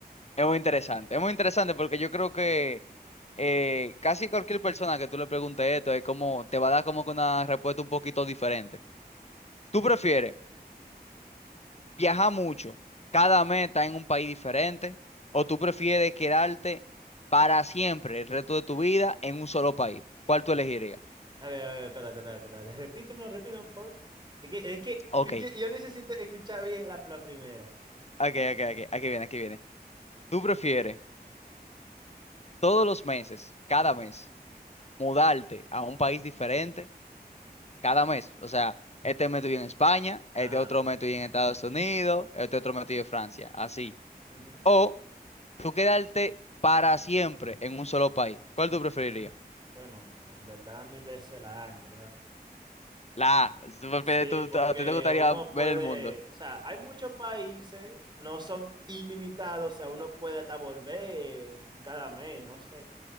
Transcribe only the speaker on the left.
es muy interesante. Es muy interesante porque yo creo que eh, casi cualquier persona que tú le preguntes esto es como, te va a dar como que una respuesta un poquito diferente. ¿Tú prefieres? viajar mucho, cada mes está en un país diferente, o tú prefieres quedarte para siempre el resto de tu vida en un solo país? ¿Cuál tú elegirías?
Ok,
ok, ok, ok, aquí viene, aquí viene. ¿Tú prefieres todos los meses, cada mes, mudarte a un país diferente? Cada mes, o sea, este mes estoy en España, este
otro mes estoy en Estados Unidos, este otro mes estoy en Francia, así.
O tú quedarte para siempre en un solo país. ¿Cuál tú preferirías?
La A. Superpe-
tú-
tú- ¿A ti te gustaría
ver el mundo?